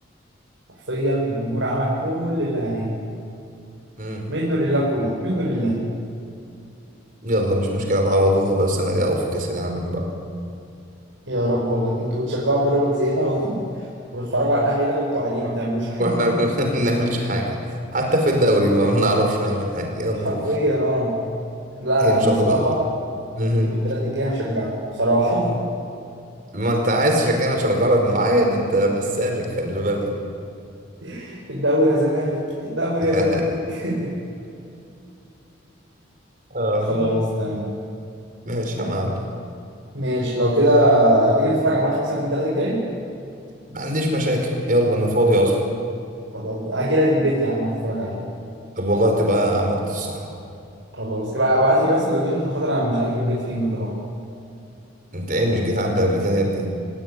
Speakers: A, on the right (about 80°); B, on the right (about 45°).
A: حرفيا الجمهور عمل كل اللي عليه
B: مم.
A: منه لله كولر منه لله
B: يلا مش مشكلة تعوضوها بس انا جاي في كأس العالم بقى
A: يا رب والله انتوا بتشجعوا بيراميدز هنا و... <laughs> وبتتفرجوا على الاهلي ده وانتوا قاعدين ما بتعملوش حاجة
B: واحنا <laughs> ما بنعملش حاجة حتى
A: <laughs>
B: في الدوري ما بنعرفش نعمل حاجة يلا
A: حرفيا اه لا
B: إيه،
A: لا
B: ان
A: انا
B: شاء
A: بصراحه
B: الله مم.
A: يوم الثلاث الجاي هشجعكم بصراحه
B: ما انت عايز تشجعنا عشان غرض معين انت مش سالك خلي بالك
A: <laughs> الدوري يا زمالك الدوري
B: <laughs>
A: يا زمالك <laughs>
B: اه
A: خلاص تمام
B: ماشي يا معلم
A: ماشي لو كده تيجي نتفرج على ماتش مثلا يوم الثلاث الجاي
B: ما عنديش مشاكل يلا انا فاضي اصلا
A: خلاص هاجي لك البيت يا عم نتفرج عليه
B: طب والله تبقى عملت الصح
A: خلاص ابقى ابعت لي بس اللوكيشن عشان خاطر انا مش عارف البيت فين بصراحه
B: انت ايه مش جيت عندي قبل كده يا ابني